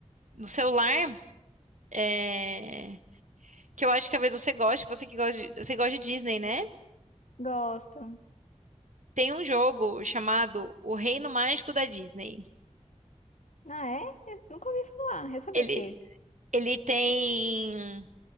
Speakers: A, on the right; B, on the left.
A: no celular é, que eu acho que talvez você goste, você que gosta de, você gosta de Disney, né?
B: Gosto.
A: Tem um jogo chamado O Reino Mágico da Disney.
B: Ah, é? Eu nunca ouvi falar. É sobre
A: Ele,
B: o quê?
A: ele tem